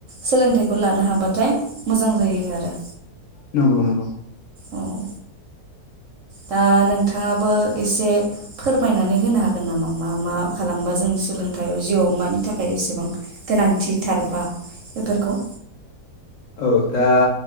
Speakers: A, on the right; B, on the left.
A: सोलोंथाइखौ लानो हाबाथाय मोजां जायो आरो
B: नंगौ नंगौ
A: औ दा नोंथाङाबो एसे फोरमायनानै होनो हागोन नामा मा मा खालामबा जों सोलोंथाइयाव जिउआव मानि थाखाय एसेबां गोनांथिथार बा बेफोरखौ
B: औ दा